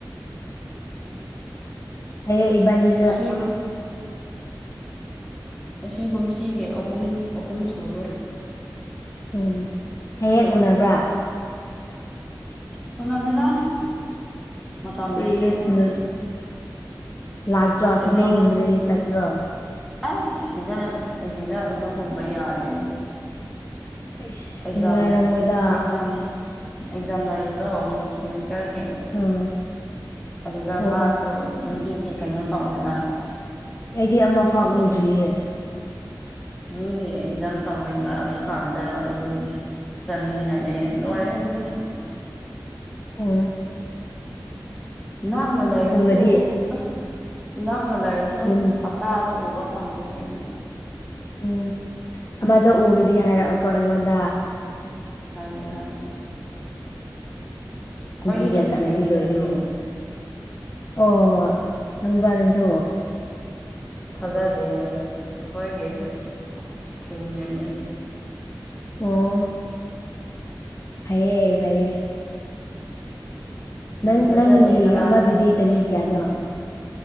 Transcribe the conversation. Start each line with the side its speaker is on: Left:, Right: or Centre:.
Left: ꯑꯣ ꯏꯕꯥꯅꯤ
Centre: ꯑꯁꯤ ꯉꯁꯤ ꯀꯨꯝꯁꯤꯒꯤ ꯑꯍꯨꯝ ꯑꯍꯨꯝ ꯁꯨꯗꯣꯔꯤ
Left: ꯎꯝ ꯍꯦꯛ ꯍꯦꯛ ꯎꯅꯕ꯭ꯔꯥ
Centre: ꯀ ꯑꯗꯨꯗ ꯃꯇꯝ
Left: ꯏꯁ
Centre: ꯂꯩꯗꯤꯦ ꯑꯗꯨꯝ
Left: ꯂꯥꯛꯇ꯭ꯔꯣ
Centre: ꯑꯦꯛꯖꯥꯝ
Left: ꯁꯟꯗꯦꯒꯨꯝꯕꯗꯗꯤ ꯆꯠꯇ꯭ꯔꯣ
Centre: ꯑꯁ ꯁꯤꯗ ꯁꯤꯗ ꯑꯣꯗꯣ ꯀꯨꯝꯄ ꯌꯥꯔꯗꯅꯦ
Left: ꯑꯩꯁ
Centre: ꯑꯦꯛꯖꯥꯝ
Left: ꯅꯨꯡꯉꯥꯏꯔꯝꯃꯣꯏꯗ
Centre: ꯑꯦꯛꯖꯝ ꯑꯦꯛꯖꯥꯝ ꯂꯩꯕꯗꯣ ꯁꯤꯦꯃꯤꯁꯇꯔꯒꯤ
Left: ꯎꯝ
Centre: ꯑꯗꯨꯗ
Left: ꯑꯣ
Centre: ꯃꯥꯁꯨ
Left: ꯑꯣ
Centre: ꯃꯤ ꯀꯩꯅꯣ ꯇꯧꯋꯦꯕ
Left: ꯑꯩꯗꯤ ꯑꯃꯐꯥꯎ
Centre: ꯃꯤꯒꯤ
Left: ꯎꯗ꯭ꯔꯤꯌꯦ
Centre: ꯃꯤꯒꯤ ꯑꯦꯛꯖꯥꯝ ꯇꯧꯕ ꯑꯗꯨꯀꯥꯟꯗ ꯑꯗꯨꯝ ꯆꯥꯃꯤꯟꯅꯔꯦ ꯂꯣꯏꯔꯦ ꯑꯗꯨꯅ
Left: <unintelligible>
Centre: ꯅꯛꯅ ꯂꯩꯔꯁꯨ
Left: ꯎꯔꯗꯤ
Centre: ꯑꯁ ꯅꯛꯅ ꯂꯩꯔꯁꯨ
Left: ꯎꯝ
Centre: ꯇꯥꯗ ꯎꯕ ꯐꯪꯗꯦ ꯀꯩꯅꯤ
Left: ꯎꯝ ꯑꯃꯗ ꯎꯔꯗꯤ ꯍꯥꯏꯔꯛꯑꯣꯒꯣ ꯑꯩꯉꯣꯟꯗ
Centre: ꯍꯥꯏꯒꯦ ꯍꯥꯏꯒꯦ ꯑꯩꯈꯣꯏꯒꯤ
Left: ꯕꯤꯒꯥ
Centre: ꯁꯤꯅꯤꯌꯔꯅꯤꯅꯦ
Left: ꯆꯔꯥꯗꯤ ꯂꯣꯏꯔꯦꯦ
Centre: ꯑꯗꯨ
Left: ꯑꯣ ꯍꯪꯕ ꯅꯪꯁꯨ
Centre: ꯊꯥꯖꯗꯦꯍꯦ ꯑꯩꯈꯣꯏꯒꯤ ꯍꯣꯏ ꯁꯤꯅꯤꯌꯔꯅꯤ
Left: <unintelligible> ꯍꯥꯏꯌꯦꯑꯌꯦ ꯐꯌꯦ
Centre: ꯌꯥꯝ
Left: ꯅꯪ
Centre: ꯊꯥꯖꯗꯦ
Left: ꯅꯪꯒꯤ
Centre: ꯅꯕꯥꯅꯤ
Left: ꯑꯃꯗꯨꯗꯤ
Centre: ꯑꯗꯨꯝ ꯅꯨꯡꯁꯤꯅꯕꯁꯦ
Left: ꯆꯍꯤ ꯀꯌꯥꯅꯣ